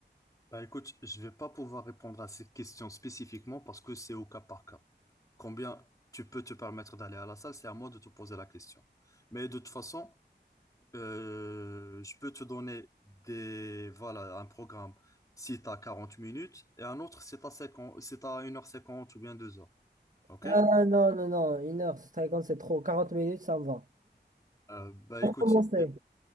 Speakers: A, on the left; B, on the right.
A: Bah écoute, je vais pas pouvoir répondre à ces questions spécifiquement parce que c'est au cas par cas. Combien tu peux te permettre d'aller à la salle, c'est à moi de te poser la question. Mais de toute façon, Euh, je peux te donner des, voilà, un programme si tu as 40 minutes et un autre si tu as 50, si tu as une heure cinquante ou bien 2 heures. OK?
B: Ah non non non, une heure, c'est très grand, c'est trop, 40 minutes, ça me va.
A: Euh, bah
B: Pour
A: écoute,
B: commencer.